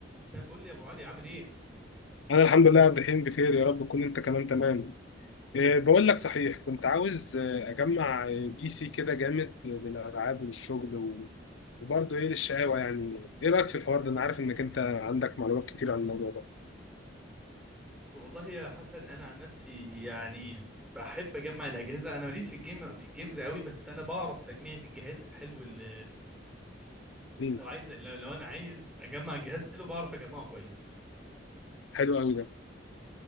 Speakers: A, in the centre; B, on the left (about 75°).
A: مساء الفل يا ابو علي عامل ايه
B: انا الحمد لله يا عبد الرحيم بخير يا رب تكون انت كمان تمام إيه بقول لك صحيح كنت عاوز آه، اجمع بي سي كده جامد للالعاب وللشغل و- وبرضه ايه للشقاوه يعني ايه رايك في الحوار ده انا عارف انك انت عندك معلومات كتير عن الموضوع ده
A: والله يا حسن انا عن نفسي يعني بحب اجمع الاجهزه انا ماليش في الجيم في الجيمز قوي بس انا بعرف تجميع الجهاز الحلو اللي
B: مم.
A: لو عايز لو, لو انا عايز اجمع جهاز حلو بعرف اجمعه كويس
B: حلو قوي ده